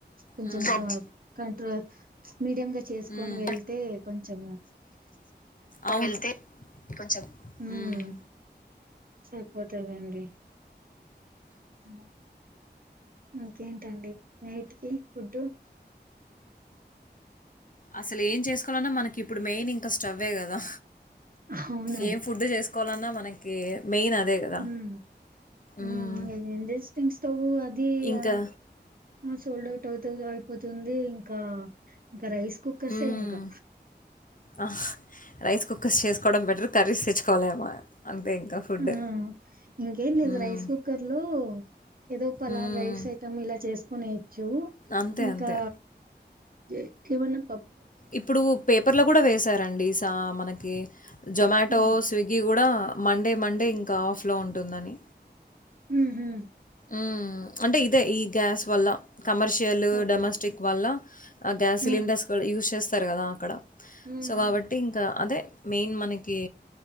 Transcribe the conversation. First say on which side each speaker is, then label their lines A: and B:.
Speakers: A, on the right; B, on the left.
A: కొంచెం
B: హ్మ్.
A: త కంట్రోల్ మీడియంగా చేసుకొని
B: హ్మ్.
A: వెళ్తే కొంచెం
B: అవున్ కొంచెం
A: హ్మ్.
B: మ్
A: సరిపోతదండి డి అ ఇంకేంటండి నైట్ కి ఫుడ్డు
B: అసలు ఏం చేసుకోలన్నా మనకి ఇప్పుడు మెయిన్ ఇంకా స్టవ్వే కదా
A: అవును.
B: ఏం ఫుడ్ చేసుకోవలన్నా మనకి మెయిన్ అదే కదా
A: మ్
B: మ్మ్
A: మ్ ఎంజేస్తున్న తబు అ అది
B: ఇంకా
A: ఆ హ్మ్మ్ షోల్డ్ అవుట్ అవుత అయిపోతుంది ఇంకా ఇంకా రైస్ కుక్కర్స్
B: మ్మ్
A: ఇంకా
B: ఆ రైస్ కుక్కర్స్ చేసుకోవడం బెటర్ కర్రీస్ తెచ్చుకోలేమా అంతే ఇంకా ఫుడ్
A: హ్మ్మ్ ఇంకేం లేదు
B: మ్మ్
A: రైస్ కుక్కర్ లో ఏదో పలా
B: మ్మ్
A: రైడ్స్ ఐటమ్ ఇలా చేసుకునేయచ్చు
B: అంతే
A: ఇంకా
B: అంతే
A: కే కేవనా ప
B: ఇప్పుడు పేపర్ లో కూడా వేసారండి త మనకి జొమాటో
A: హ్మ్.
B: స్విగ్గి కూడా మండే మండే ఇంకా ఆఫ్ లో ఉం అంటుందని
A: ఉహు
B: ఉ అంటే ఇదే ఈ గ్యాస్ వల్ల కమర్షియల్
A: ఓకే.
B: డొమెస్టిక్ వల్ల ఆ గ్యాస్
A: హ్మ్.
B: సిలిండర్స్ కూడా యూస్ చేస్త స్తారు కదా అక్కడ
A: హ్మ్.
B: సో కాబట్టి ఇంకా అదే మెయిన్ మనకి